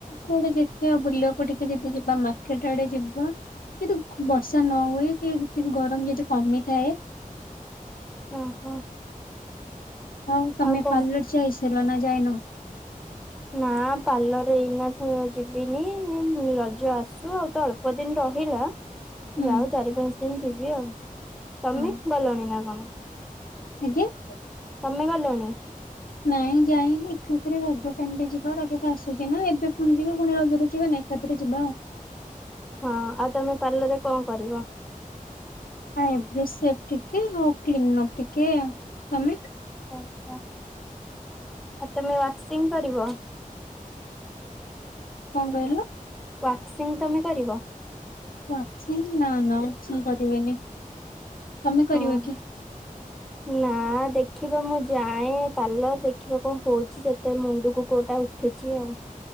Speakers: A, on the left; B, in the centre.
A: କୁଆଡେ ଦେଖିଆ ବୁଲିବାକୁ ଟିକେ ଯଦି ଯିବା ମାର୍କେଟ ଆଡେ ଯିବା। କିଦୁ ବର୍ଷା ନ ହୁଏ କି ଗରମ ଯଦି କମିଥାଏ।
B: ଓହୋ।
A: ହଉ ତମେ
B: ଆଉ କଣ
A: ପାାର୍ଲର ଯାଇସାଇଲାଣି ନା ଯାଇନ।
B: ନା ପାର୍ଲର ଏଇନା ତ ଯିବିନି ରଜ ଆସୁ ଆଉ ତ ଅଳ୍ ଅଳ୍ପ ଦିନ ରହିଲା।
A: ହୁଁ।
B: ଯାଉ ଚାରି ପାଞ୍ଚ ଦିନ ଯିବି ଆଉ ତମେ
A: ହଁ।
B: ଗଲଣି ନା କଣ?
A: ଆଜ୍ଞା।
B: ତମେ ଗଲଣି।
A: ନାଇଁ ଯାଇନି ଏକାଥେରେ ରଜ ଟାଇମି ରେ ଯିବା ରଜ ତ ଆସୁଛି ନା ଏବେ ପୁଣି ଯିବା ପୁଣି ରଜରେ ଯିବା ନା। ଏକାଥରେ ଯିବା।
B: ହଁ ଆଉ ତମେ ପାର୍ଲରରେ କଣ କରିବ।
A: ଆ ଏଭ <inaudible> ସେ ଟିକେ କ୍ଲିନ ଅଫ ଟିକେ ତମେ
B: ଓହୋ ଆଉ ତମେ ୱାକ୍ସିଂ କରିବ।
A: କଣ କହିଲ।
B: ୱାକ୍ସିଂ ତମେ କରିବ।
A: ୱାକ୍ସିଂ ନା ନା ମୁଁ କରିବିନି ତମେ
B: ହଁ
A: କରିବ କି?
B: ନା ଦେଖିବା ମୁଁ ଯାଏ ପାର୍ଲର ଦେଖିବା କଣ ହଉଛି ଯେତେ ମୁଣ୍ଡକୁ କୋଉଟା ଉଠୁଛି ଆଉ।